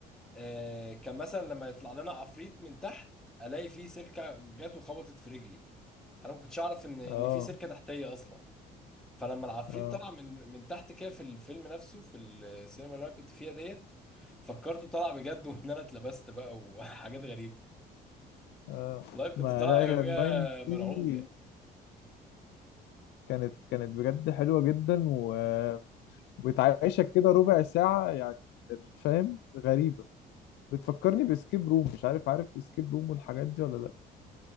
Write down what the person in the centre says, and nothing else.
آه، كان مثلا لما يطلع لنا عفريت من تحت الاقي فيه سلكه جت وخبطت في رجلي انا ما كنتش اعرف ان ان
في سلكه تحتيه اصلا فلما العفريت
طلع من من تحت كده في الفيلم نفسه في السينما اللي انا كنت فيها ديت فكرته طلع بجد <laughs> وان انا اتلبست بقى وحاجات غريبه
والله كنت
طالع
يوميها
مرعوب
يعني